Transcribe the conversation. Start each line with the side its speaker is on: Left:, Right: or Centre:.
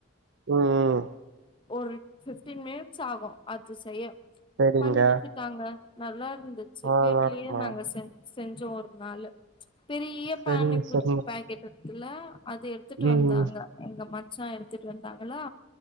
Right: ம்
Left: ஒரு பிஃப்டின் மினிட்ஸ் ஆகு அது செய்ய
Right: சரிங்க
Left: பண்ணி வெச்சு ட்டாங்க நல்லா இருந்துச்சு
Right: நல்லாதா
Left: வீட்லயே
Right: இருக்குமா
Left: நாங்க செ செஞ்சோ ஒரு நாளு பெரிய
Right: சரிங்க
Left: பானிப்பூரி
Right: சரிங்க
Left: கேட் இருக்குல அது எடுத்துட்டு
Right: ம்
Left: வந்தாங்க எங்க மச்சா எடுத்துட்டு வந்தாங்களா